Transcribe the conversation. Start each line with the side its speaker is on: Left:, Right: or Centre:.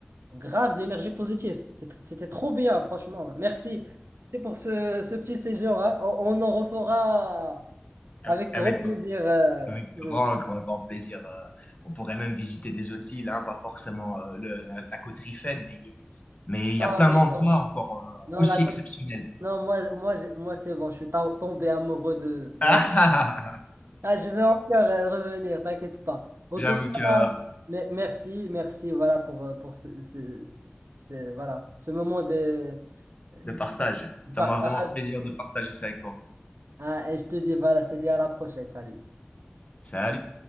Right: grave de l'énergie positive. C'était c'était trop bien, franchement. Merci. Merci pour ce, ce petit séjour, hein. On, on en refera
Left: ouais.
Right: avec
Left: Avec
Right: grand plaisir, euh,
Left: Avec
Right: si tu
Left: grand,
Right: veux.
Left: grand, grand plaisir. euh, on pourrait même visiter des autres îles, hein, pas forcément euh, le- la, la côte Rifaine, mais mais il y
Right: Non,
Left: a plein
Right: non,
Left: d'endroits
Right: non.
Left: encore euh,
Right: Non,
Left: aussi
Right: la Côte-
Left: exceptionnels. <laughs>
Right: non, moi, moi, j'ai- moi c'est bon, je suis tom- tombé amoureux de, de
Left: Ah,
Right: la
Left: ah, ah, ah.
Right: Ah, je vais encore euh, revenir, t'inquiète pas. En
Left: J'avoue
Right: tout cas,
Left: que euh,
Right: me- merci, merci, voilà, pour, euh, pour ce, ce- ce- voilà, ce moment de euh,
Left: de partage, ça
Right: partage.
Left: m'a vraiment fait plaisir de partager ça avec toi.
Right: Ah, et je te dis, voilà, je te dis à la prochaine, salut.
Left: Salut.